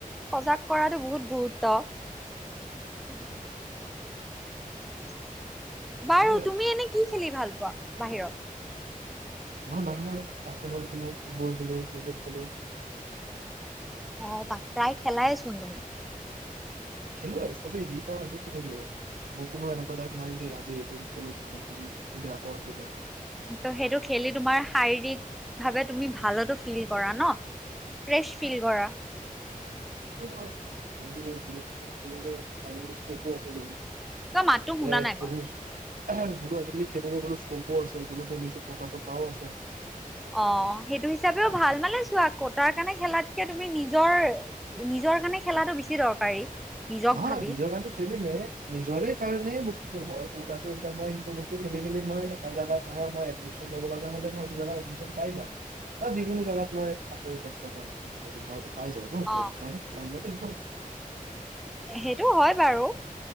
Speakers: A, in the centre; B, on the right (about 70°).
A: সজাগ কৰাটো বহুত গুৰুত্ব <inaudible> বাৰু
B: সেয়ে আৰু
A: তুমি এনে কি খেলি ভাল পোৱা বাহিৰত?
B: মই বাহিৰত বাস্কেটবল খেলো, ফুটবল খেলো, ক্ৰিকেট খেলো।
A: অ', প্ৰায় খেলাই চোন তুমি।
B: খেলো আৰু চবেই দি পাওঁ তাকে খেলে দিওঁ আৰু মোৰ কোনো এনেকুৱা টাইপ নাই যে আজি এইটো নেখেলো সেইটো নেখেলো এইটো বেয়া পাওঁ সেইটো বেয়া পাওঁ।
A: ত' সেইটো খেলি তোমাৰ শাৰীৰিকভাৱে তুমি ভালতো ফিল কৰা ন', ফ্ৰেছ ফিল কৰা।
B: সেইটো আজিকালি যিহেতকে খেলিলে আজিকালি স্কপো আছে বহুত।
A: তোৰ মাতো
B: বোলে
A: শুনা নাই
B: শুনিছো
A: মই।
B: বোলো আজিকালি খেলিলে বোলো স্কপো আছে বোলো শুনিছো কোটা চোটাও আছে।
A: অ', সেইটো হিচাপেও ভাল মানে চোৱা কোটাৰ কাৰণে খেলাতকে তুমি নিজৰ নিজৰ কাৰণে খেলাটো বেছি দৰকাৰী। নিজক
B: নহয়
A: ভাবি।
B: নহয় নিজৰ কাৰণেটো খেলিমে নিজৰে <unintelligible> এইটো হয় কোটাটো এতিয়া মই ইটো বস্তু খেলি খেলি মই এটা জাগাত মই এডমিশ্বন ল'ব লগা হ'লে মই সেইটো জাগাত এডমিশ্বন পাই যাম, বা যিকোনো জাগাত মই চাকৰি ক্ষেত্ৰত হক <unintelligible> পাই যাব ন', তো
A: অ'
B: সেইকাৰণে খেলাধূলাতে হয়।
A: সেই সেইটো হয় বাৰু,